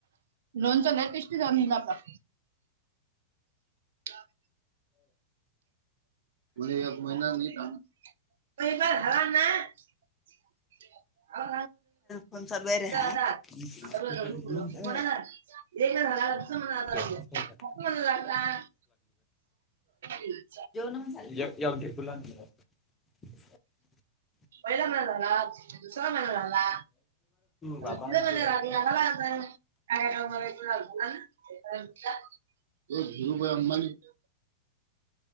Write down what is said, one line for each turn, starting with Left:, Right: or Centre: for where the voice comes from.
Right: लोनच लय टेस्टी झालं <unintelligible> जा आप तर <unintelligible> एक महिना नाही काम महिना झाला न.. हो <unintelligible> अ
Left: फोन चालू आहे रे
Right: सांग
Left: हा
Right: आात आता
Left: मी
Right: पण आहात <unintelligible> े का झा दस म्हण
Left: भूक
Right: म म्हण <unintelligible>
Left: जवन येवद कुला <unintelligible>
Right: व म झाला <unintelligible> स मन राला अ
Left: बाबांचे
Right: तिित मन
Left: राग-
Right: रा आला आ <unintelligible> <inaudible> भीरुभई अंबानी <unintelligible>